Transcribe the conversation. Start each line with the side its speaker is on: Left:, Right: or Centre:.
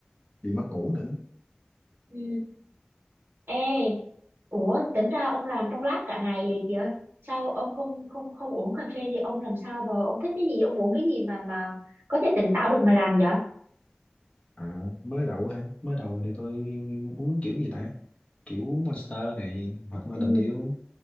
Left: bị mất ngủ nữa.
Right: Ừ. Ê, ủa tính ra ông làm trong lab cả ngày vậy kìa. Sao ông không không không uống cà phê thì ông làm sao mà ông thích cái gì, ông uống cái gì mà mà có thể tỉnh táo được mà làm vậy?
Left: À, mới đầu hả? Mới đầu thì tôi uống kiểu gì ta? Kiểu Monster này, hoặc Mountain
Right: Ừ.
Left: Dew.